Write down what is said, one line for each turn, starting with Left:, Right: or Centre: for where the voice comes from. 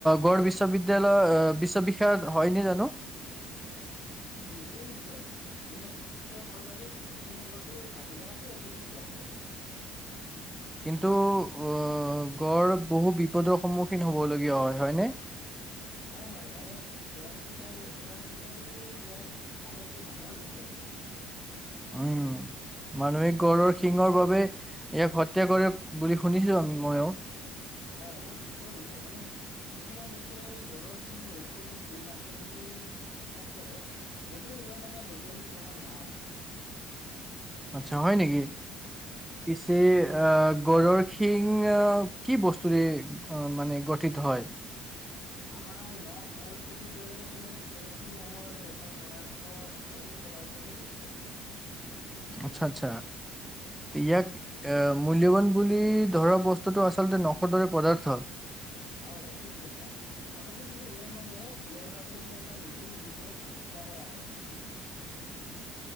Centre: গড় বিশ্ববিদ্যালয় বিশ্ববিষয়ক হয়নে জানো।
Left: নিশ্চয়-নিশ্চয় মানে বিশ্বৰ সৰ্বাধিক এশিঙীয়া গড় টো কাজিৰঙাতে আছে বুলি কোৱা হয়।
Centre: কিন্তু আহ গড় বহু বিপদৰ সন্মুখীন হ'বলগীয়া হয় হয়নে?
Left: হয় - হয় মানে চোৰাং চিকাৰ -চোৰাং চিকাৰী ইয়াৰ আটাইতকৈ ডাঙৰ বিপদ।
Centre: উম, মানুহিক গড়ৰ শিঙৰ বাবে ইয়াক হত্যা কৰে বুলি শুনিছো আমি মইও।
Left: হয় বহুত দুখৰ বিষয় মানে কিছুমান দেশে গড়ৰ শিং ঔষধি গুণ আছে বুলি বিশ্বাস কৰে। যদিও ইয়াৰ মানে বৈজ্ঞানিক প্ৰমাণ নাই।
Centre: আচ্ছা হয় নেকি?
Left: উম,
Centre: পিছে আহ, গৰুৰ শিং কি বস্তুৰে মানে গঠিত হয়।
Left: আমাৰ নখ আৰু চুলিৰ দৰে মানে কেৰেটিন নামৰ এটা পদাৰ্থ থাকে সেই পদাৰ্থৰে গঠিত।
Centre: আচ্ছা - আচ্ছা ইয়াক এহ মূল্যৱান বুলি ধৰা বস্তুটো আচলতে নখৰ দৰে পদাৰ্থ।
Left: হয় - হয় ঠিক কৈছা, অথচ কিন্তু ইয়াৰ মানে ইয়াৰ বাবে এটা নিৰি জীৱক হত্যা কৰা হয়।